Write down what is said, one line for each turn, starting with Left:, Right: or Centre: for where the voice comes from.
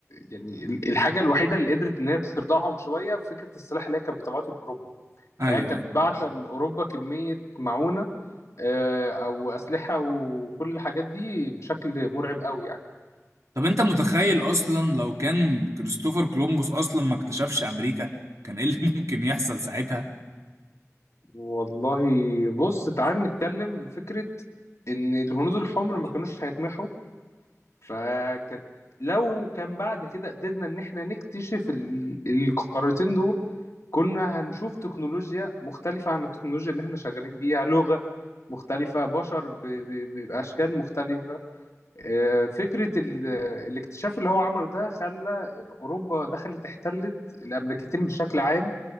Left: يعني الحاجه الوحيده اللي قدرت ان هي ترضعهم شويه فكره السلاح اللي هي كانت بتبعته لاوروبا
Right: ايوه
Left: فهي كانت
Right: ايوه
Left: باعته لاوروبا كميه معونه آه، او اسلحه وكل الحاجات دي بشكل مرعب قوي يعني
Right: طب انت متخيل اصلا لو كان كريستوفر كولومبوس اصلا ما اكتشفش امريكا كان ايه اللي <laughs> ممكن يحصل ساعتها
Left: والله بص تعال نتكلم بفكره ان الهنود الحمر ما كانوش هيتمحوا فكانت لو كان بعد كده قدرنا ان احنا نكتشف ال- القارتين دول كنا هنشوف تكنولوجيا مختلفة عن التكنولوجيا اللي احنا شغالين بيها لغة مختلفة بشر ب... ب... بأشكال مختلفة آه، فكرة ال... الاكتشاف اللي هو عمله ده خلى أوروبا دخلت احتلت الأمريكتين بشكل عام